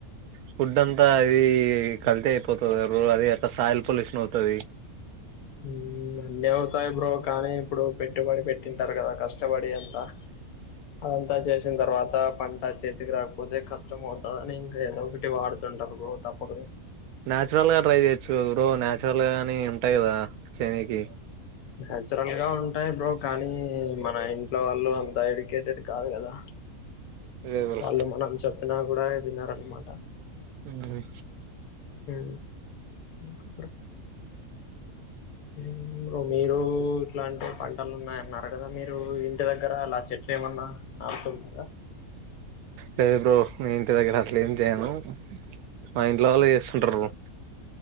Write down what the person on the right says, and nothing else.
ఫుడ్ అంత్ అంత అది కల్తీ అయిపోతది అది అక్క సాయిల్ పొల్యూషన్ అవుతది.
నాచురల్ గా ట్రై చేయచ్ చో బ్రో నాచురల్ గాని ఉంటాయి కదా సేనుకి
లేదు బ్రో
ఉహు
లేద్ బ్రో మీమ్ ఇంటి దగ్గర అట్ల ఎమ్ చేయము. మా ఇంట్లో వాళ్ళు చేస్తుంటారు బ్రో